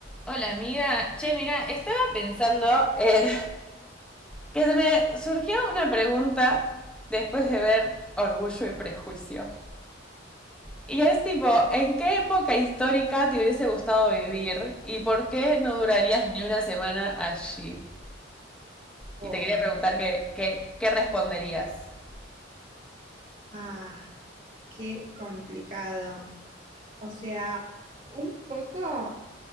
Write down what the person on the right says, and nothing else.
Uy,
ah, qué complicado. O sea, un poco